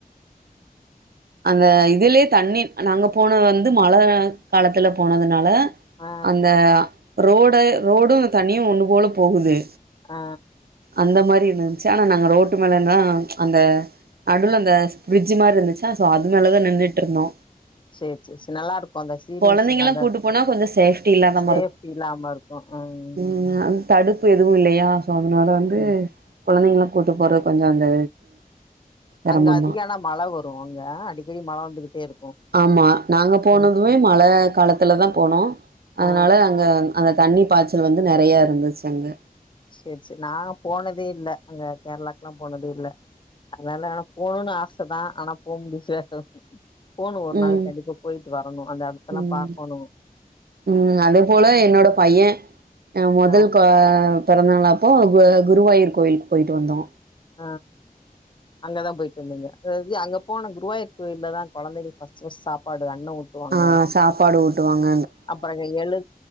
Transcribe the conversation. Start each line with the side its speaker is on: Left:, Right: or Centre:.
Right: அந்த இதுலே தண்ணி நாங்க போனது வந்து மழக காலத்துல போனதுனால
Left: ஆ
Right: அந்த ரோட ரோடு தண்ணியு ஒண்ணு போல போகுது
Left: ஆ
Right: அந்த மாரி இருந்ச்சா அனா நாங்க ரோட்டு மேலர்ந்தா அந்த அடுல அந்த பிரிட்ஜ் மார்ருந்துச்சு தசோ அது மேலதா நின்னிட்ருந்தோ
Left: சேர் சேர் சே நல்லா இருக்கு அந்த சீனிஸு
Right: கொழந்தைங்கல்லா
Left: அந்த
Right: கூட்டு போனா கொஞ்சோ சேஃப்டி இல்லாத
Left: சேப்டி இல்லாம இருக் ம்
Right: உ அ தடுப்பு எதுவு இல்லையா சோ அதனால வந்து
Left: ம்
Right: குழந்தைங்கிலா கூட்டு போறது கொஞ்ச அந்த செரமந்தா
Left: அங்க அதிகன மழ வரு அங்க அடிக்கடி மழ வந்துகிட்டே இருக்கு
Right: ஆமா நாங்க போனதுமே
Left: ம்
Right: மழ காலத்துலதா போனோ
Left: ஆ
Right: அதனால அங் அங்க அந் அந்த தண்ணி பாய்ச்சல் வந்து நறைய இருந்துச்சு அங்க
Left: சேர் சேர் நாங்க போனதே இல்ல அங்க கேரளாக்லா போனதே இல்ல அதனால ஆன போணுனு ஆச தா ஆனா போக முடிச்சாது போணு ஒர்
Right: ம்.
Left: நாளைக் கண்டிப்பா போயிட்டு வரணு அந்த எட்தெல்லா
Right: ம்.
Left: பாக்கோணு
Right: ம் அதே போல என்னோட பைய அ முதல்
Left: ஆ
Right: கொ பிறந்தநாளப்போ கு குருவாயூர் கோயில்கு போய்ட்டு வந்தோ
Left: ஆ அங்கதா போயிட் ருந்தீங்க அதுவந் அங்க போன குருவாயூ கோயில்ல தா கொழந்தைகளுக் பஸ்ட்பஸ்ட் சாப்பாடு அண்ண ஊட் தோ அங்க
Right: ஆ சாப்பாடு ஊட்டுவாங்க
Left: அப்பற இங்க எழு